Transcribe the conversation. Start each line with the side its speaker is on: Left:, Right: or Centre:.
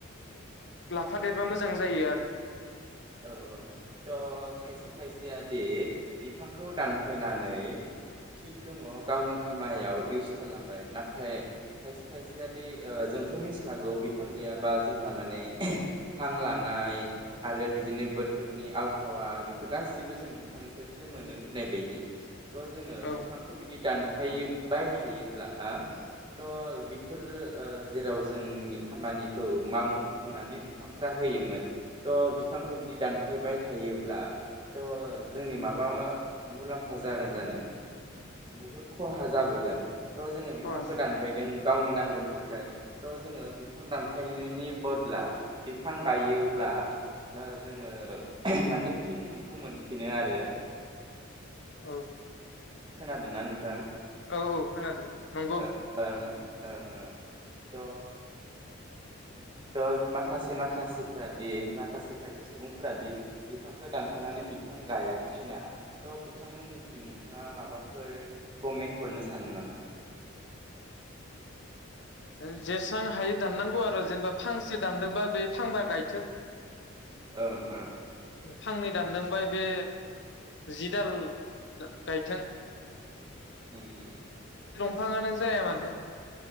Left: लाफादेरबा मोजां जायो आरो
Right: औ औ थ खायसे खायसेया दि बिफांखौ दानफायनानै थिग दङ गावनि खामायाव इउस खालामबाय नाथाय खायसे खायसेयादि जोंथ मिथिखागौ बिफां गैयाबा जोंहा माने हां लानाय आरो बि बिदिनो बोथोरनि आबहावा बेफोर गासिबो जों बिफांनिफ्रायसो मोनो होननाय बायदि थ जोङो
Left: औ
Right: बिफांखौ बिदि दान बाय थायोब्ला हा थ बेफोरो जेराव जोंनि खामानिखौ मावनोफुंनानै बिफांफोरा होयोमोन थ बिफांखौ बिदि दानफायबाय थायोब्लाथ जोंनि माबा मुलाम्फा जागोन जानो बुहुद खहा जाबोगोन। थ जोङो बिफांखौ
Left: खोनादों
Right: दानबायदों गावनि नांगौनि थाखाय थ' जोङो बिफां दानफायनायनि बदला बिफां गायोब्ला ओ जोङो माने फिन बिखौ मोनफिनो आरो
Left: औ
Right: खोनादोंना नोंथां
Left: औ औ खोनादों नंगौ
Right: ओ ओ। ओ ओ थ थ माखासे माखासेफोरादि माखासे खायसे सुबुंफोरा दि बिफांखौ दानफानानै बिफां गायाफिना थ बिथांमोननिसिम नोंथाङा माबाफोर कमेन्ट हरनो सानो नामा।
Left: ओ जेसां हायो दाननांगौ आरो जेनेबा फांसे दानदोंबा बे फांबा गायथो।
Right: ओ ओ
Left: फांनै दानदोंबाय बे जि दाल गायथों
Right: उम उम
Left: बिफांङानो जाया मानो